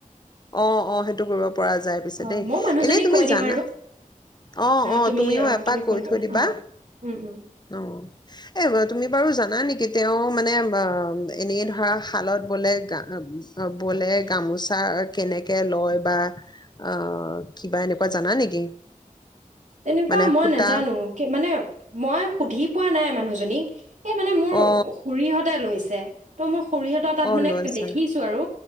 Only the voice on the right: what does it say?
অঁ
মই মানুহজনীক
কৈ দিম
আৰু
তুমি
অঁ
তুমি ফোন
কৰিবা
অঁ
তেনেকুৱা
মই
নাজানো কে মানে মই সুধি পোৱা নাই। মানুহজনীক এই মানে মোৰ
খুুৰীহতে লৈছে। তো মখ খুৰীহতৰ তাত
মানে
কে দেখিছোঁ আৰু